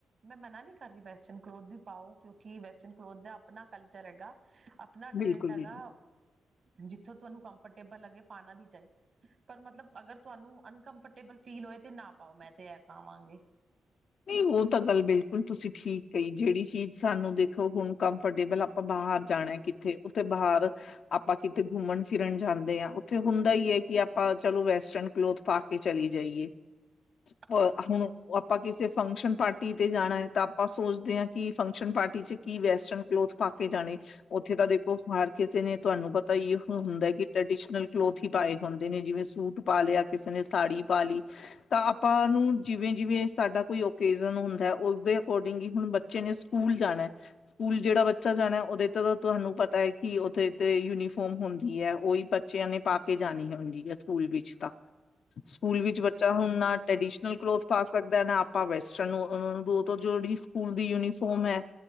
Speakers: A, on the right; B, on the left.
A: ਮੈਂ ਮਨਾ ਨਹੀਂ ਕਰ ਰਹੀ ਵੈਸਟਰਨ ਕਲੋਥ ਵੀ ਪਾਓ ਕਿਉਂਕਿ ਵੈਸਟਰਨ ਕਲੋਥ ਦਾ ਆਪਣਾ ਕਲਚਰ ਹੈਗਾ। ਆਪਣਾ
B: ਬਿਲਕੁਲ,
A: ਟਰੈਂਡ ਹੈਗਾ,
B: ਬਿਲਕੁਲ।
A: ਜਿੱਥੋਂ ਤੁਹਾਨੂੰ ਕੰਫਰਟੇਬਲ ਲਗੇ ਪਾਉਣਾ ਵੀ ਚਾਹੀ। ਪਰ ਮਤਲਬ ਅਗਰ ਤੁਹਾਨੂੰ ਅਨਕੰਫਰਟੇਬਲ ਫੀਲ ਹੋਏ ਤੇ ਨਾ ਪਾਓ ਮੈਂ ਤੇ ਇਹ ਕਹਾਂਗੀ।
B: ਨਹੀਂ ਉਹ ਤਾਂ ਗੱਲ ਬਿਲਕੁਲ ਤੁਸੀਂ ਠੀਕ ਕਹੀ ਜਿਹੜੀ ਚੀਜ਼ ਸਾਨੂੰ ਦੇਖੋ ਹੁਣ ਕੰਫਰਟੇਬਲ ਆਪਾਂ ਬਾਹਰ ਜਾਣਾ ਕਿੱਥੇ, ਉੱਥੇ ਬਾਹਰ ਆਪਾਂ ਕਿਤੇ ਘੁੰਮਣ ਫਿਰਨ ਜਾਂਦੇ ਹਾਂ, ਉੱਥੇ ਹੁੰਦਾ ਹੀ ਹੈ ਕਿ ਆਪਾਂ ਚਲੋ ਵੈਸਟਰਨ ਕਲੋਥ ਪਾ ਕੇ ਚਲੀ ਜਾਈਏ।
A: <inaudible>
B: ਹੁਣ ਆਪਾਂ ਕਿਸੇ ਫੰਕਸ਼ਨ ਪਾਰਟੀ ਤੇ ਜਾਣਾ ਹੈ ਤਾਂ ਆਪਾਂ ਸੋਚਦੇ ਹਾਂ ਕਿ ਫੰਕਸ਼ਨ ਪਾਰਟੀ- ਤੁਸੀ ਕੀ ਵੈਸਟਰਨ ਕਲੋਥ ਪਾ ਕੇ ਜਾਣੇ। ਉੱਥੇ ਤਾਂ ਦੇਖੋ ਹਰ ਕਿਸੇ ਨੇ ਤੁਹਾਨੂੰ ਪਤਾ ਹੀ ਹੁੰਦਾ ਹੈ ਕਿ ਟ੍ਰਡੀਸ਼ਨਲ ਕਲੋਥ ਹੀ ਪਾਏ ਹੁੰਦੇ ਨੇ ਜਿਵੇਂ ਸੂਟ ਪਾ ਲਿਆ, ਕਿਸੇ ਨੇ ਸਾੜੀ ਪਾ ਲਈ ਤਾਂ ਆਪਾਂ ਨੂੰ ਜਿਵੇਂ -ਜਿਵੇਂ ਸਾਡਾ ਕੋਈ ਰਿਜਨ ਹੁੰਦਾ, ਉਸਦੇ ਅਕੋਰਡਿੰਗ ਹੀ ਹੁਣ ਬੱਚੇ ਨੇ ਸਕੂਲ ਜਾਣਾ ਸਕੂਲ ਜਿਹੜਾ ਬੱਚਾ ਜਾਣਾ ਉਹਦੇ ਤੇ ਤੁਹਾਨੂੰ ਪਤਾ ਹੈ ਕਿ ਓਥੇ ਤੇ ਯੂਨੀਫੋਮ ਹੁੰਦੀ ਹੈ। ਓਹੀ- ਲ਼ੀ ਨੇ ਪਾ ਕੇ ਜਾਣੀ ਹੁੰਦੀ ਹੈ ਸਕੂਲ ਵਿੱਚ ਤਾਂ।
A: ਹ
B: ਸਕੂਲ ਵਿੱਚ ਬੱਚਾ ਹੁਣ ਨਾ ਟ੍ਰੈਡੀਸ਼ਨਲ ਕਲੋਥ ਪਾ ਸਕਦਾ ਨਾ ਆਪ ਭਾਵ ਵੈਸਟਰਨ ਨੂੰ ਉਹ ਤ ਜਿਹੜੀ ਸਕੂਲ ਦੀ ਯੂਨੀਫਾਰਮ ਹੈ।